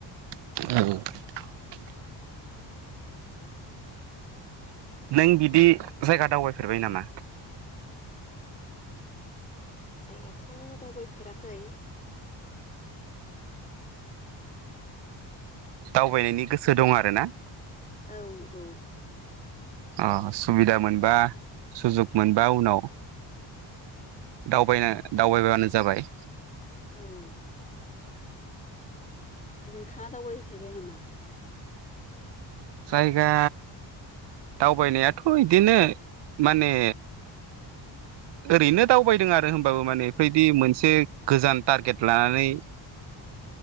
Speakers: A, on the right; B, on the left.
A: औ नों बिदि जायगा दावबायफेरबाय नामा?
B: जायगाथ' दावबायफेराखै।
A: दावबायनायनि गोसो दं आरो ना?
B: औ औ
A: अ सुबिदा मोनबा सुजुग मोनबा उनाव दावबायनो दावबायबानो जाबाय।
B: औ नोंथाङा दावबायहैफेरबाय नामा?
A: जायगा दावबायनायाथ' इदिनो माने ओरैनो दावबायदों आरो होमबाबो माने बेफोरबायदि मोनसे गोजान टारगेट लानानै
B: <inaudible>